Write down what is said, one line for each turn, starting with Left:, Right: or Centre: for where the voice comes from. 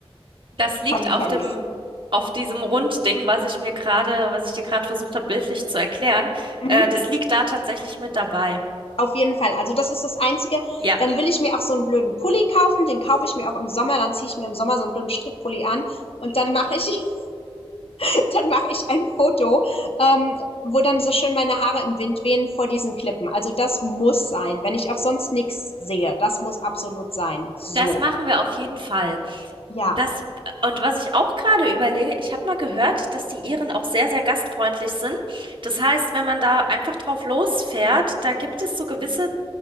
Right: Das liegt
Left: von den
Right: auf
Left: Kellys.
Right: dem, auf diesem Rundding, was ich mir gerade, was ich dir gerade versucht habe, bildlich zu erklären.
Left: Mhm.
Right: Äh, das liegt da tatsächlich mit dabei.
Left: Auf jeden Fall. Also das ist das Einzige.
Right: Ja,
Left: Dann will ich mir auch so einen blöden Pulli kaufen. Den kaufe ich mir auch im Sommer. Dann ziehe ich mir im Sommer so einen blöden Strickpulli an und dann mache ich, <laughs> dann mache ich ein Foto, ähm, wo dann so schön meine Haare im Wind wehen vor diesen Klippen. Also das muss sein, wenn ich auch sonst nichts sehe. Das muss absolut sein. So,
Right: das machen wir auf jeden Fall.
Left: ja.
Right: Das, äh, und was ich auch gerade überlege, ich habe mal gehört, dass die Iren auch sehr, sehr gastfreundlich sind. Das heißt, wenn man da einfach drauf losfährt, da gibt es so gewisse